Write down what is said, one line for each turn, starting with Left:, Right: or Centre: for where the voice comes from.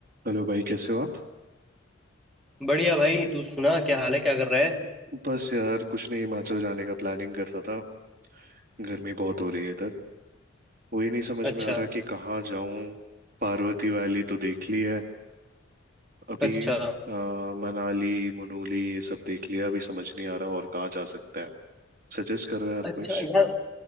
Right: Hello भाई कैसे हो आप
Centre: बढ़िया भाई तू सुना क्या हाल है क्या कर रहा है
Right: बस यार कुछ नहीं हिमाचल जाने का प्लानिंग कर रहा था गर्मी बहुत हो रही है इधर वही नहीं समझ
Centre: अच्छा
Right: में आ रहा कि कहाँ जाऊं पार्वती वैली तो देख ली है अभी
Centre: अच्छा
Right: अ, मनाली मनाली ये सब देख लिया अभी समझ नहीं आ रहा और कहाँ जा सकता है सजेस्ट करो यार
Centre: अच्छा
Right: कुछ
Centre: यार